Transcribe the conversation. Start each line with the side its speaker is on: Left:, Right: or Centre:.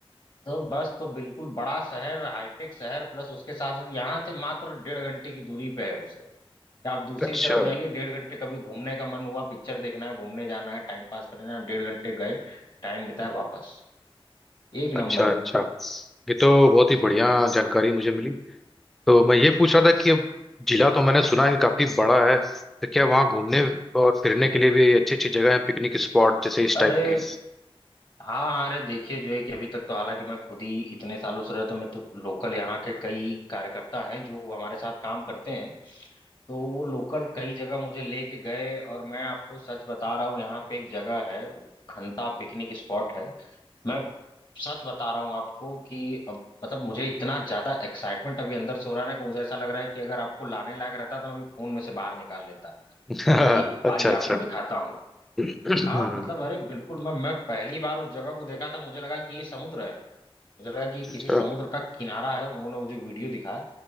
Left: तो बस तो बिल्कुल बड़ा शहर हाईटेक शहर प्लस उसके साथ साथ यहाँ से मात्र डेढ़ घंटे की दूरी पे है वो शहर या आप दूसरी
Centre: अच्छा
Left: तरफ जाइए डेढ़ घंटे कभी घूमने का मन हुआ पिक्चर देखना है घूमने जाना है टाइम पास करना है डेढ़ घंटे गए टाइम बिताया वापस एक नंबर
Centre: अच्छा अच्छा ये तो बहुत ही बढ़िया जानकारी मुझे मिली तो मैं ये पूछ रहा था कि अब जिला तो मैंने सुना है कि काफी बड़ा है तो क्या वहाँ घूमने और फिरने के लिए भी अच्छी अच्छी जगह है पिकनिक स्पॉट जैसे इस टाइप
Left: अरे
Centre: के
Left: हाँ हाँ, अरे देखिए जो है कि अभी तक तो हालांकि मैं खुद ही इतने सालों से रहता हूँ तो मैं तो लोकल यहाँ के कई कार्यकर्ता हैं जो हमारे साथ काम करते हैं तो वो लोकल कई जगह मुझे लेके गए और मैं आपको सच बता रहा हूँ यहाँ पे एक जगह है वो खंता पिकनिक स्पॉट है मैं सच बता रहा हूँ आपको कि अब मतलब मुझे इतना ज्यादा एक्साइटमेंट अभी अंदर से हो रहा है ना कि मुझे ऐसा लग रहा है कि अगर आपको लाने लायक रहता तो मैं अभी फोन में से बाहर निकाल लेता
Centre: <laughs>
Left: कि
Centre: अच्छा
Left: आइए
Centre: अच्छा
Left: आपको दिखाता हूँ
Centre: <clears throat> हम्म,
Left: हाँ मतलब अरे बिल्कुल मैं मैं पहली बार उस जगह को देखा था मुझे लगा कि ये समुद्र है मुझे लगा कि
Centre: अच्छा
Left: किसी समुद्र का किनारा है उन्होंने मुझे वीडियो दिखाया